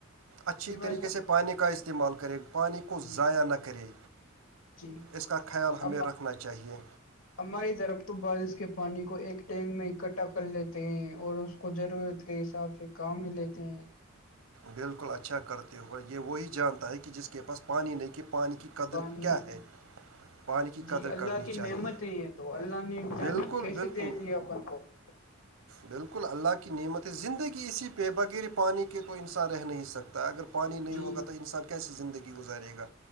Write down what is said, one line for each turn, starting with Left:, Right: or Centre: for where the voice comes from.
Right: اچھی
Left: جی بھائی
Right: طریقے
Left: جان
Right: سے پانی کا استعمال کر گے پانی کو
Left: جی
Right: ضائع نہ کرے
Left: جی
Right: اس کا خیال ہمیں
Left: ہم
Right: رکھنا چاہیے
Left: ہماری طرف تو بارش کے پانی کو ایک ٹینک میں اکٹھا کر لیتے ہیں اور اس کو ضرورت کے حساب سے کام بھی لیتے ہیں
Right: بالکل اچھا کرتے ہو یہ وہی جانتا ہے کہ جس کے پاس پانی نہیں کہ پانی کی قدر
Left: پانی
Right: کیا
Left: نہیں
Right: ہے پانی کی
Left: جی
Right: قدر
Left: اللہ
Right: کرنی
Left: کی
Right: چاہیے
Left: نعمت ہے یہ تو اللہ نے جان
Right: بالکل
Left: کیسے
Right: بالکل
Left: دے دی ہے اپن کوپی <inaudible>
Right: بالکل اللہ کی نعمت ہے زندگی اسی پہ بغیر پانی کے تو انسان رہ نہیں سکتا اگر پانی نہیں
Left: جی
Right: ہوگا تو انسان کیسے زندگی گزارے گا